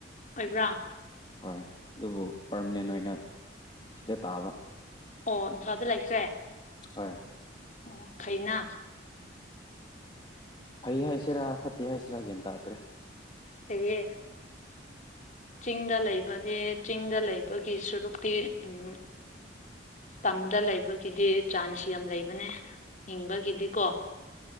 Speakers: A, on the left; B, on the left.
A: ꯑꯣꯏꯕ꯭ꯔ
B: ꯍꯣꯏ ꯑꯗꯨꯕꯨ ꯄꯔꯃꯅꯦꯟ ꯑꯣꯏꯅ ꯁꯤꯗ ꯇꯥꯕ
A: ꯑꯣ ꯏꯝꯐꯥꯗ ꯂꯩꯈ꯭ꯔꯦ
B: ꯍꯣꯏ
A: ꯑꯣ ꯈꯩꯅ
B: ꯐꯩ ꯍꯥꯏꯁꯤꯔꯥ ꯐꯠꯇꯦ ꯍꯥꯏꯁꯤꯔꯥ ꯒ꯭ꯌꯥꯟ ꯇꯥꯗ꯭ꯔꯦ
A: ꯐꯩꯌꯦ ꯆꯤꯡꯗ ꯂꯩꯕꯗꯤ ꯆꯤꯡꯗ ꯂꯩꯕꯒꯤ ꯁꯔꯨꯛꯇꯤ ꯎꯝ ꯇꯝꯗ ꯂꯩꯕꯒꯤꯗꯤ ꯆꯥꯟꯁ ꯌꯥꯝ ꯂꯩꯕꯅꯦ ꯍꯤꯡꯕꯒꯤꯗꯤꯀꯣ <inaudible>